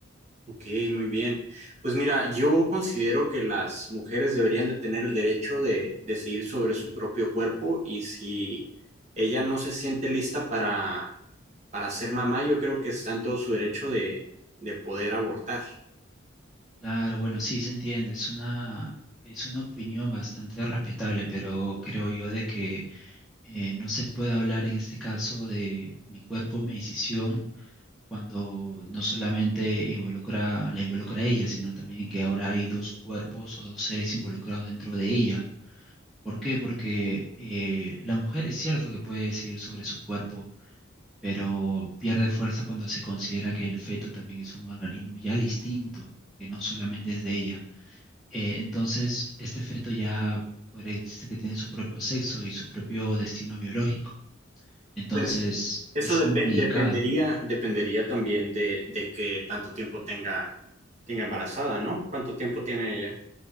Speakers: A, on the right; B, in the centre.
A: Ok, muy bien. Pues mira, yo considero que las mujeres deberían de tener el derecho de decidir sobre su propio cuerpo y si ella no se siente lista para, para ser mamá, yo creo que está en todo su derecho de, de poder abortar.
B: Claro, bueno, sí se entiende, es una, es una opinión bastante respetable, pero creo yo de que eh, no se puede hablar en este caso de mi cuerpo, mi decisión, cuando no solamente involucra, la involucra a ella, sino también que ahora hay dos cuerpos o dos seres involucrados dentro de ella. ¿Por qué? Porque eh, la mujer es cierto que puede decidir sobre su cuerpo pero pierde fuerza cuando se considera que el feto también es un organismo ya distinto, que no solamente es de ella. Eh, entonces, este feto ya podría decirse que tiene su propio sexo y su propio destino biológico. Entonces,
A: Pues eso
B: es
A: depe-
B: complicado.
A: dependería, dependería también de, de que tanto tiempo tenga, tenga embarazada, ¿no? ¿Cuánto tiempo tiene ella?